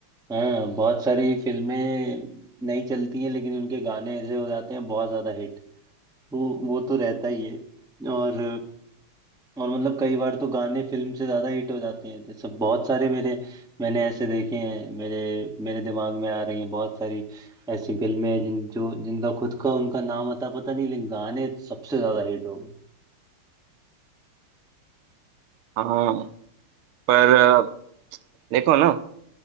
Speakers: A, in the centre; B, on the right.
A: हाँ बहुत सारी फिल्में नहीं चलती हैं लेकिन उनके गाने ऐसे हो जाते हैं बहुत ज्यादा हिट तो वो तो रहता ही है और और मतलब कई बार तो गाने फिल्म से ज्यादा हिट हो जाते हैं तो सब बहुत सारे मेरे मैंने ऐसे देखे हैं मेरे मेरे दिमाग में आ रही हैं बहुत सारी ऐसी फिल्में हैं जिन जो जिनका खुद का उनका नाम अता पता नहीं लेकिन गाने सबसे ज्यादा हिट हो गए
B: हाँ पर अ, देखो ना